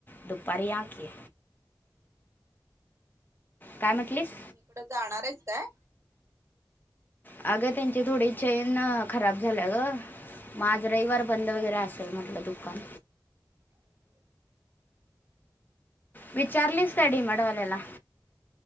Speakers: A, on the left (about 25°); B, on the right (about 40°).
A: दुपारी याकी. काय म्हटलीस
B: कोणीकड जाणायस काय?
A: अगं त्यांची थोडी चेन अं, खराब झाल्या ग. माझ रविवार बंद वगैरे असेल म्हटलं दुकान.
B: <inaudible>
A: विचारलीस काय डी मार्ट वाल्याला?